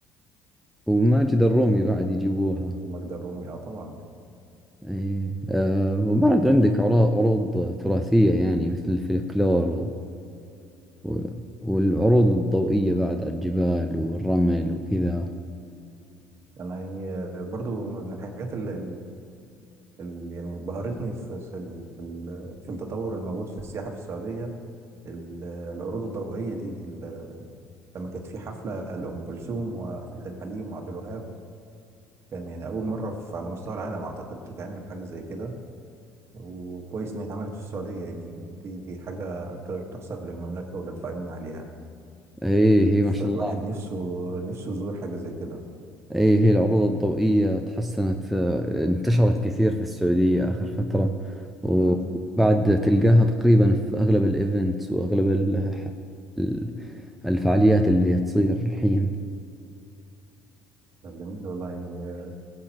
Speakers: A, in the centre; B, on the right.
A: وماجد الرومي بعد يجيبوها
B: وماجدة الرومي اه طبعا
A: اي أه وبعد عندك عرا- عروض تراثية يعني مثل الفلكلور و... و... والعروض الضوئية بعد على الجبال والرمل وكذا
B: أنا يعني آه، برضه من الحاجات اللي, اللي يعني بهرتني في في ال- في ال- في التطور الموجود في السياحة في السعودية ال- العروض الضوئية دي ال- لما كانت في حفلة لأم كلثوم وعبد الحليم وعبد الوهاب كان يعني أول مرة في على مستوى العالم أعتقد تتعمل حاجة زي كده وكويس إن هي اتعملت في السعودية يعني دي دي حاجة ت- تحسب للمملكة وللقائمين عليها
A: اي هي
B: فالواحد
A: ما شاء الله
B: نفسه نفسه يزور حاجة زي كده
A: اي هي العروض الضوئية تحسنت آه، انتشرت كثير في السعودية آخر فترة وبعد
B: مم.
A: تلقاها تقريبا في أغلب الايفنتس وأغلب ال... ال- الفعاليات اللي تصير الحين
B: طب جميل والله يعني